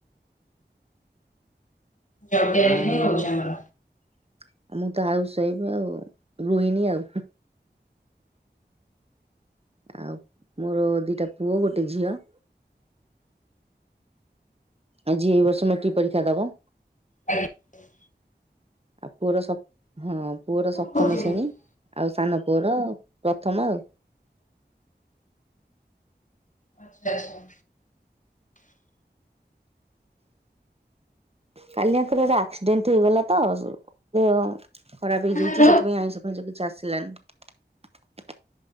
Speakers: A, on the left (about 45°); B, on the right (about 35°).
A: ଜବ୍ ଗ୍ୟାରେଣ୍ଟି
B: ଆଁ ଆ।
A: ହିଁ ରହୁଛି
B: ମୁଁ
A: ଆମର।
B: ତ ହାଉସ ୱାଇଫ ଆଉ ରୋହିଣୀ ଆଉ। ଆଉ ମୋର ଦିଟା ପୁଅ ଗୋଟେ ଝିଅ। ଆଜି ଏଇ ବର୍ଷ ମେଟ୍ରିକ୍ ପରୀକ୍ଷା ଦବ।
A: ଆ <unintelligible>
B: ଆଉ ପୁଅର ସପ୍ତ ହଁ ପୁଅର ସପ୍ତମ
A: ଆଚ୍ଛା
B: ଶ୍ରେଣୀ, ଆଉ ସାନ ପୁଅର ପ୍ରଥମ ଆଉ।
A: ଆଚଛା ଆଚଛା।
B: କାଲି ଆଙ୍କର ଗୋଟେ ଆକ୍ସିଡେଣ୍ଟ ହେଇଗଲା ତ <unintelligible> ଖରାପ
A: କାହାର
B: ହେଇଯାଇଚି ସେଥିପାଇଁ ଆଇଁଷ ଫାଇଁଷ କିଛି ଆସିଲାନି